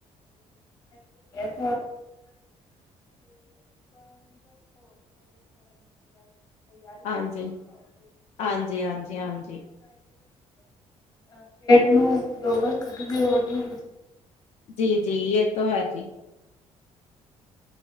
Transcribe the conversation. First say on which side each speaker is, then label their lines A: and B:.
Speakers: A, on the left; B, on the left.
A: <unintelligible> <unintelligible>
B: ਹਾਂਜੀ ਹਾਂਜੀ ਹਾਂਜੀ ਹਾਂਜੀ
A: ਨੋ ਦੋਗਸ <unintelligible> ਮਿਲ ਜਾਹੀ
B: ਜੀ-ਜੀ ਇਹ ਤਾਂ ਹੈ ਜੀ।